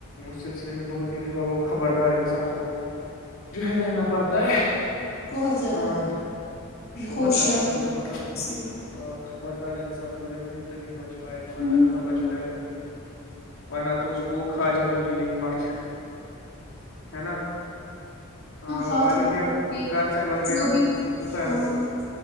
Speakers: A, on the left; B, on the left.
A: اس سلسلے میں بہت ہی زیادہ وہ خبردار انسان کو جو ہے رہنا پڑتا ہے
B: بہت زیادہ
A: ہاں بہت
B: ہوشیار
A: زیادہ وہ
B: ہونا
A: تو مطلب
B: پڑتا ہے
A: بہت
B: انسان
A: ہی
B: کو۔
A: خبردار انسان کو جب رہ تبھی بچ پائے گا ورنہ
B: ہوں
A: کہاں بچ پائے گا ورنہ تو اس کو کھا جائیں گے یہ مچھر ہے نا ہاں وہ
B: ہاتھ
A: عالم
B: واتھ
A: یاپ
B: دھو کے
A: گھر چلا گیا
B: جو بھی
A: مطلب دوپہر
B: ہاں ہاں
A: کو